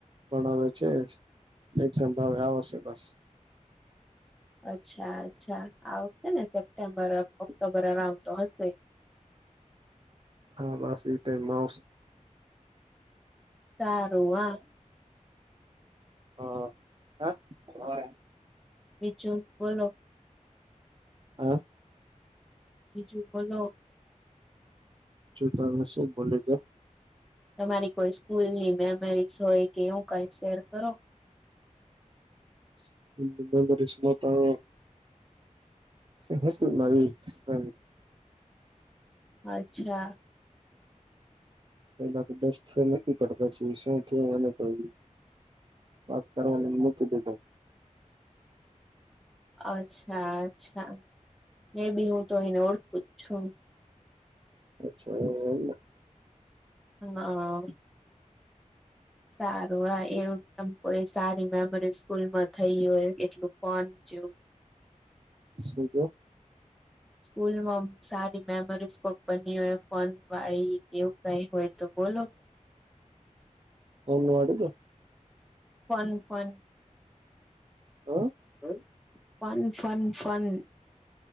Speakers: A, on the right (about 40°); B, in the centre.
A: પણ આવે છે, એક્ઝામ હ આવશે બસ
B: અચ્છા અચ્છા આવશે ને સેપ્ટેમ્બર ઓક્ટોબર અરાઉન્ડ તો હશે.
A: હા બસ એ ટાઈમ મા આવ
B: સારુંવા
A: હ હા હ
B: બચન બોલો
A: હા
B: બીજું બોલો
A: છું તમે શું બોલી કે
B: તમારી કોઈ સ્કૂલની મેમરીઝ હોય કે એવું કઈ શેર કરો
A: <unintelligible> સમસ્તુ મારી હ
B: અચ્છા
A: પેલા તો દસ છે નથી પડતા છે શું થયુ અને પયડું વાત કરવાનું મુકી દીધૂ
B: અચ્છા અચ્છા મે બી હું તો એને ઓળખું જ છું.
A: અચ્છા
B: હા સારું આ એવું એમ કોઈ સારી મેમરી સ્કૂલમાં થઈ હોય કેટલું ફોન જોવુ
A: શુ કેવ
B: <inaudible> સ્કૂલમાં સારી મેમરીઝ કોક બની હોય ફોન વાળી એવું કઈ હોય તો બોલો
A: ફોન વાળી તો
B: ફોન ફોન
A: હ
B: હ ફોન ફોન ફોન